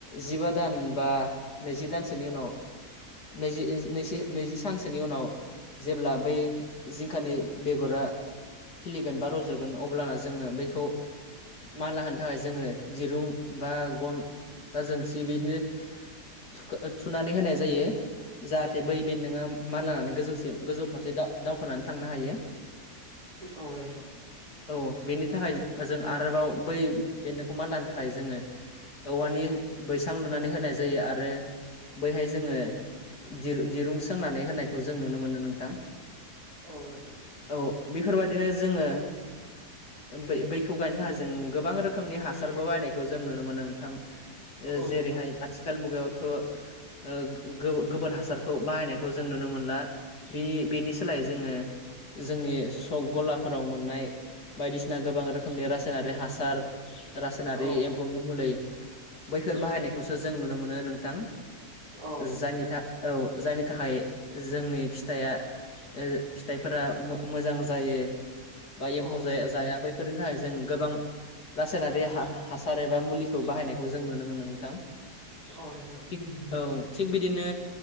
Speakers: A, on the left (about 75°); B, on the right (about 75°).
A: जिबा दान बा नैजि दानसोनि उनाव नैजि-नैजि-नैजि सानसोनि उनाव जेब्ला बै जिंखानि बेगरा खिलिगोन बा रज'गोन अब्लाना जोङो बैखौ मानला होनो थाखाय जोङो दिरुं बा गन बा जोंसि बिदिनो थुखो-थुनानै होनाय जायो जाहाथे
B: उम
A: बै बेन्दोंङा मानलानानै गोजौसिम गोजौ फारसे दावखोनानै थांनो हायो।
B: औ नोंथां।
A: औ बेनि थाखाय ओ जों आरोबाव बै बेनदोंखौ मानलानो थाखाय जोङो औवानि बैसां लुनानै होनाय जायो आरो बैहाय जोङो दिर दिरुं सोंनानै होनायखौ जों नुनो मोनो नोंथां
B: औ नोंथां
A: औ बेफोरबादिनो जोङो बै बैखौ गायनो थाखाय जों गोबां रोखोमनि हासारबो बायनायखौ जों नुनो मोनो नोंथां
B: औ
A: जेरैहाय
B: नोंथां
A: आथिखाल मुगायाव थ' ओ गोबोर हासारखौ बाहायनायखौ जों नुनो मोनला बि बेनि सोलाय जोङो जोंनि सक गलाफोराव मोननाय बायदिसिना गोबां रोखोमनि रासायनारि हासार रासायनारि
B: औ
A: एम्फौनि मुलै बैफोर बाहायनायखौसो जों नुनो मोनो नोंथां
B: औ
A: जायनि था औ जायनि थाखाय जोंनि फिथाइया ओ फिथाइफोरा मोजां जायो बा एम्फौ
B: औ नोंथां
A: जाया जायाबो फोरनि थाखाय जों गोबां रासायनारि हासार एबा मुलिखौ बाहायनायखौ जों नुनो मोनो नोंथां <unintelligible>
B: औ नोंथां
A: थिग औ थिग बिदिनो